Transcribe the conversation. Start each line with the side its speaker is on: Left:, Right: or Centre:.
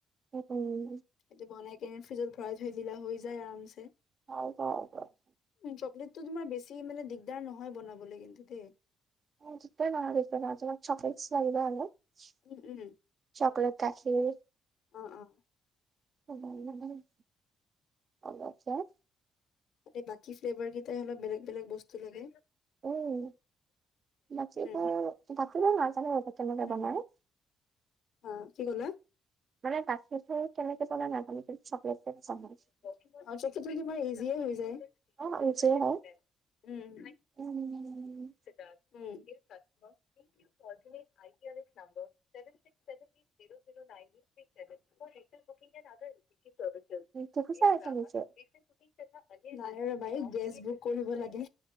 Right: উম।
Left: সেইটো বনাই কেনে ফ্ৰিজত ভৰাই থৈ দিলে, হৈ যায় আৰামছে।
Right: হয় <unintelligible>
Left: উম, চকলেটটো তোমাৰ বেছি মানে দিগদাৰ নহয় বনাবলৈ কিন্তু দেই।
Right: অ', যিতে লাগে বনাই দিতে পাৰছিলাম চকলেটছ <unintelligible>
Left: উম, উম।
Right: চকলেট গাখীৰ।
Left: অ', অ'।
Right: <unintelligible> অলপ যায়।
Left: মানে, বাকী ফ্লেভাৰ কেইটাই অলপ বেলেগ বেলেগ বস্তু লাগে।
Right: উম, বাকীবোৰ
Left: উম,
Right: কখন
Left: উম,
Right: <unintelligible>
Left: অ', কি‌ ক'লা?
Right: মানে গাখীৰবোৰ কেনেকে পেলায় নাজানো <unintelligible>
Left: অ', <unintelligible> তোমাৰ ইজিয়ে হৈ যায়। <unintelligible>
Right: অ নিজে হয়
Left: উম <unintelligible>
Right: উম
Left: done, um, ইনচাটছ <unintelligible> fortunate I D R F number- seven six seven three zero zero nine three six seven four three <unintelligible> উই
Right: দেখিছা নিজে
Left: কেন <unintelligible> নাই ৰ ভাই গেছ বুক কৰিব লাগে।